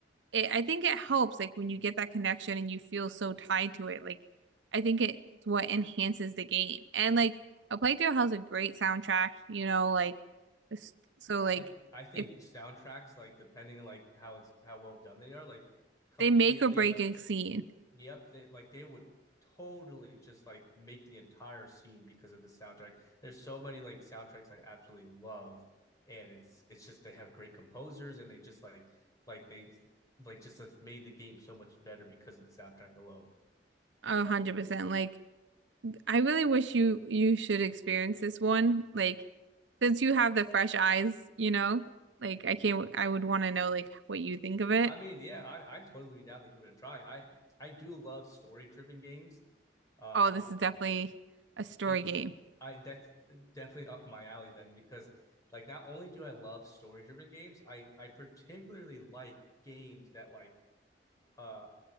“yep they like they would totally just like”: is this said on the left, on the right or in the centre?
Left